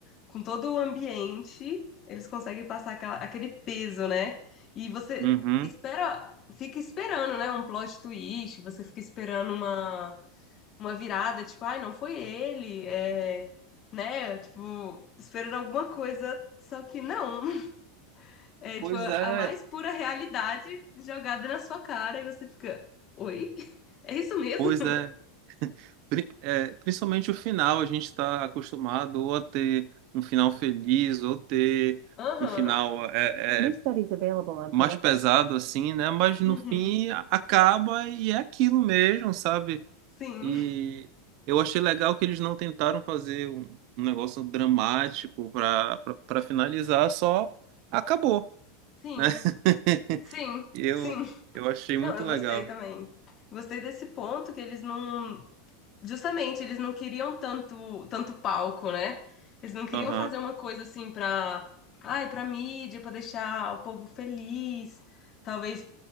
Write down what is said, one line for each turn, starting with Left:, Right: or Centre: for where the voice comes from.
Left: com todo o ambiente, eles conseguem passar aquela- aquele peso, né? E você
Right: Uhum.
Left: espera, fica esperando, né? Um plot twist, você fica esperando uma uma virada, tipo, ai, não foi ele, é, né? Tipo, esperando alguma coisa, só que não. <laughs> É tipo
Right: Pois
Left: a
Right: é,
Left: a mais pura realidade jogada na sua cara e você fica, oi? <laughs> É isso mesmo?
Right: pois é. pri- é, principalmente o final, a gente está acostumado ou a ter um final feliz, ou ter
Left: Aham.
Right: um final é, New é, studies available on mais politics. pesado assim, né? Mas no
Left: Uhum.
Right: fim a- acaba e é aquilo mesmo, sabe?
Left: Sim,
Right: E eu achei legal que eles não tentaram fazer um, um negócio dramático para para finalizar, só acabou,
Left: sim,
Right: né? <laughs>
Left: sim,
Right: Eu
Left: sim.
Right: eu achei muito
Left: Não, eu
Right: legal.
Left: gostei também. Gostei desse ponto que eles não, justamente, eles não queriam tanto, tanto palco, né? Eles não queriam
Right: Aham.
Left: fazer uma coisa assim pra, ai, pra mídia, pra deixar o povo feliz, talvez